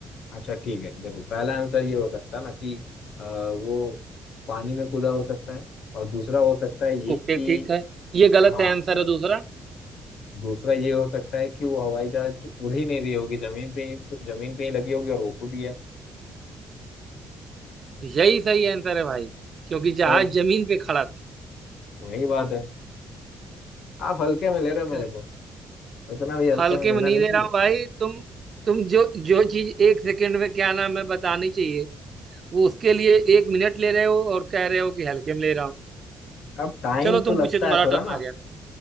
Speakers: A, on the left; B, on the right.
A: अच्छा ठीक है देखो पहला आंसर ये हो सकता है ना कि अ, वो पानी में कूदा हो सकता है और दूसरा हो सकता है ये
B: ओके
A: कि
B: ठीक है ये गलत
A: हाँ
B: है आंसर है दूसरा
A: दूसरा ये हो सकता है कि वो हवाई जहाज उड़ ही नहीं रही होगी जमीन पे ही जमीन पे ही लगी होगी और वो कूद गया
B: यही सही आंसर है भाई क्योंकि जहाज
A: तब
B: जमीन पे खड़ा था
A: वही बात है आप हल्के में ले रहे हो
B: तुम
A: मेरे को इतना भी हल्के
B: हल्के
A: में लेना
B: में नहीं
A: नहीं
B: ले
A: चाहिए
B: रहा हूँ भाई तुम तुम जो जो चीज एक सेकंड में क्या नाम है बतानी चाहिए वो उसके लिए एक मिनट ले रहे हो और कह रहे हो कि हल्के में ले रहा हूँ
A: अब टाइम
B: चलो
A: तो
B: तुम
A: लगता
B: पूछे तुम्हारा
A: है थोड़ा
B: टर्न
A: ना
B: आ गया